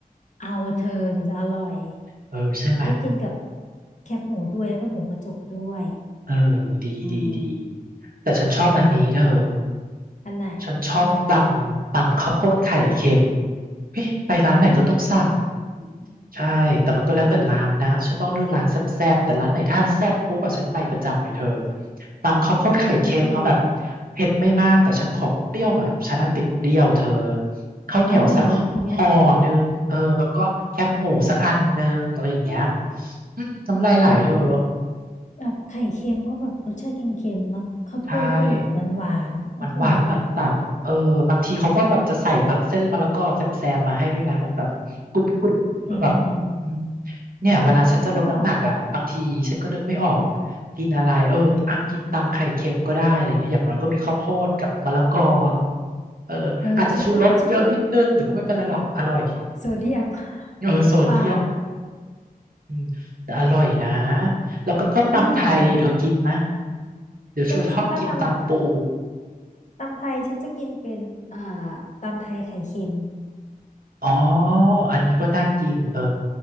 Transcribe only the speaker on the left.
เอาเธอถึงจะอร่อย
ก็กินกับแคบหมูด้วยแล้วก็หมูกระจกด้วย
อืม
อันไหน
อืม
เฮ้ยเธอ
อร่อยเลยทีเนี้ย
อืมแบบไข่เค็มก็แบบรสชาติเค็มๆเนาะข้าวโพดก็แบบหวานๆโอ้โห
อืมอืมอืม
อร่อย
เออฉันก็ฉันก็โซเดียม <laughs>
น้ำปลา
อร่อย
ฉันถ้าตำตำไทยฉันจะกินเป็นอ่าตำไทยไข่เค็ม